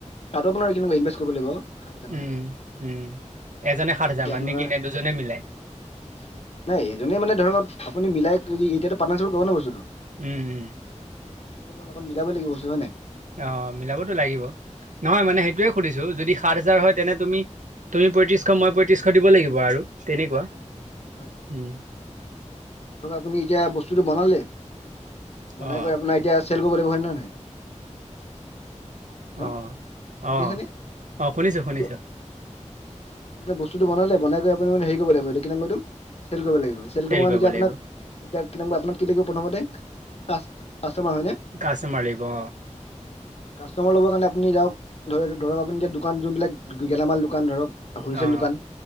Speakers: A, on the left; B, on the right.
A: তাতো আপোনাৰ কেনেকুৱা ইনভেষ্ট কৰিব লাগিব? সাত হাজাৰ মান।
B: উম, উম, এজনে
A: আৰু
B: সাত হাজাৰ
A: তেতিয়া
B: মান
A: আপোনাৰ
B: নেকি নে দুজনে মিলাই?
A: হয় হয়। নাই এজনে মানে ধৰক আপুনি মিলাই এতিয়াটো পাৰ্টনাৰ চিপত কৰোঁ ন' বস্তুটো।
B: উম, উম।
A: লগত মিলাব লাগিবস্তু হয় নাই?
B: অ' মিলাবতো লাগিব। নহয় মানে সেইটোয়ে সুধিছো যদি সাত হাজাৰ হয় তেনে তুমি তুমি পঁয়ত্ৰিশ, মই পঁয়ত্ৰিশ দিব লাগিব আৰু। তেনেকুৱা,
A: হয় হয় হয়।
B: উম।
A: ধৰক আপুনি এতিয়া বস্তুটো বনালে,
B: অ',
A: বনাই কৰি আপোনাৰ এতিয়া চেল কৰিব লাগিব হয় নাই? হেল্ল'
B: অ'।
A: শুনি
B: অ',
A: আছনে?
B: অ' শুনিছো
A: বস্তুটো
B: শুনিছো
A: মানে বস্তুতটো বনালে বনাই আপুনি মে হেৰি কৰিব লাগিব এইটো কি নাম কয়, চেল কৰিব লাগিব। চেল কৰিবলৈ
B: কৰিব
A: এতিয়া আপোনাক
B: লাগিব,
A: এতিয়া আপোনাক কি লাগিব প্ৰথমতে, পাছ কাষ্টমাৰ হয়নে?
B: কাষ্টমাৰ লাগিব অ',
A: কাষ্টমাৰ ল'বৰ কাৰণে আপুনি যাক ধ-ধৰক আপুনি এতিয়া দোকান যোনবিলাক গেলামাল দোকান ধৰক হোলচেল
B: অ'।
A: দোকান।